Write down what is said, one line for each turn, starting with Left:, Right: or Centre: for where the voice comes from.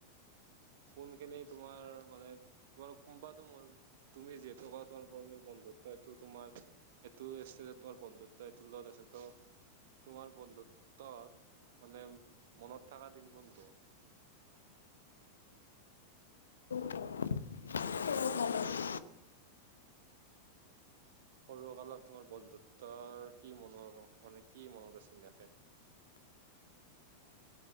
Right: কোনখিনি তোমাৰ মানে, তোমাৰ কোনোবাটো মৰো তুমি যিহেতু কোৱা তোমাৰ বাবে বন্ধুত্বটো তোমাৰ এইটো ষ্টেজত তোমাৰ বন্ধুত্ব এইটোৰ লগত আছিল তো তোমাৰ বন্ধুত্বত, মানে মনত থাকা দিন কোনটো?
Left: কালত কি মনত আছে
Right: সৰু কালত তোমাৰ বন্ধুত্বৰ কি মন, মানে কি মনত আছে এনেকে।